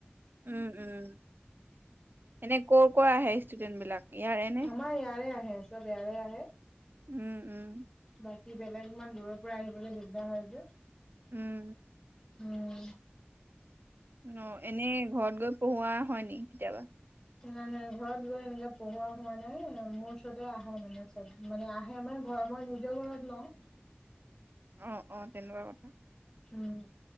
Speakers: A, on the right; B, on the left.
A: উম, উম, এনে কৰ কৰ আহে ষ্টুডেন্ট বিলাক, ইয়াৰে নে।
B: আমাৰ ইয়াৰে আহে ইয়াৰে আহে।
A: উম উম।
B: বাকি বেলেগ ইমান দূৰৰ পৰা আহিবলৈ দিগদাৰ হয় যে।
A: উম,
B: উম।
A: অ এনেই ঘৰত গৈ পঢ়োৱা হয় নি কেতিয়াবা।
B: নাই নাই ঘৰত গৈ এনেকে পঢ়োৱা হোৱা নাই মোৰ ওচৰতে আহে মানে চব মানে আহে মমাৰ ঘৰ মই নিজৰ ঘৰত লওঁ।
A: অ অ তেনেকুৱা কথা।
B: উম